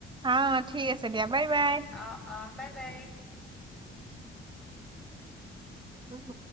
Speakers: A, on the right; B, in the centre.
A: অ', ঠিক আছে দিয়া বাই বাই।
B: অ অ বাই বাই।
A: হব।